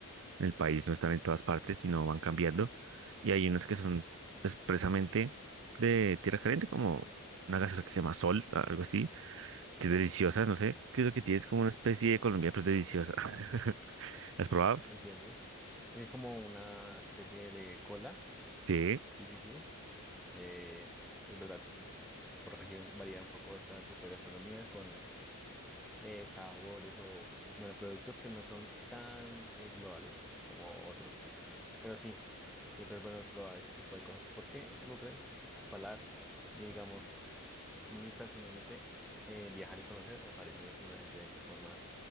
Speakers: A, on the right; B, in the centre.
A: en el país no están en todas partes, sino van cambiando. Y hay unas que son expresamente de tierra caliente, como una gaseosa que se llama Sol, a- algo así, que es deliciosa, no sé, que es lo que tienes como una especie de Colombia, pero es deliciosa. <laughs> ¿La has probado?
B: entiendo. Es como una especie de cola.
A: Sí,
B: Sí, sí, sí. Eh, es verdad. por región varía un poco este tipo de gastronomía con eh, sabores o, bueno, productos que no son tan eh, globales como otros. Pero sí, siempre es bueno probar este tipo de cosas porque nutren tu paladar. Y digamos, a mí personalmente, eh, viajar y conocer me parece una excelente forma